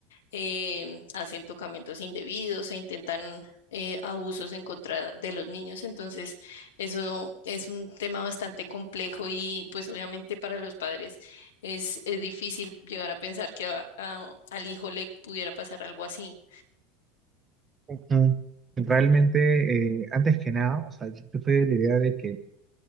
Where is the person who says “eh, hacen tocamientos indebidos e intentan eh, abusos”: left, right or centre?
Left